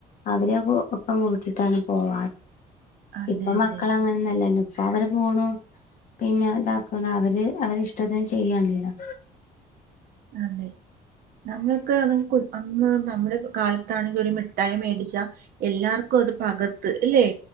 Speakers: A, on the left; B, on the right.
A: അവരെ ഒപ്പം കൂട്ടിട്ടാണ് പോവാറ്
B: അതെ
A: ഇപ്പൊ
B: അതെ
A: മക്കള അങ്ങനൊന്നല്ലല്ലോ അപ്പൊ അവര് പോണു പിന്നെ ഇതാക്കുണ് അവര് അവരി ഇഷ്ടത്തിന് ചെയ്യണല്ലോ
B: അല്ലെ നമ്മളൊക്കെ അ അന്ന് നമ്മുടെ കാലത്താെങ്കിൽ ഒരു മിട്ടായി മേടി ടിച്ച എല്ലാർക്കും അത് പകർത്ത് അല്ലെ